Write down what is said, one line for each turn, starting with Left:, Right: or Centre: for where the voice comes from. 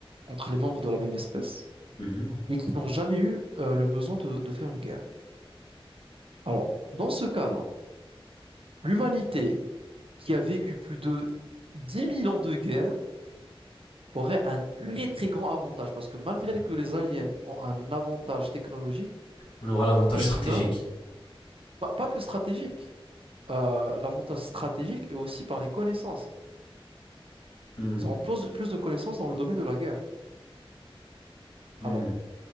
Right: entre les membres de la même espèce
Left: Mhm.
Right: et qui n'ont jamais eu euh, le besoin de, de faire une guerre. Alors, dans ce cas-là, l'humanité qui a vécu plus de dix mille ans de guerre aurait un très très grand avantage parce que malgré que les aliens ont un avantage technologique,
Left: On aura l'avantage
Right: les
Left: stratégique.
Right: humains Pas, pas que stratégique. Euh, l'avantage stratégique est aussi par les connaissances.
Left: Hmm.
Right: Ils auront plus, plus de connaissances dans le domaine de la guerre.
Left: Hmm.
Right: Alors,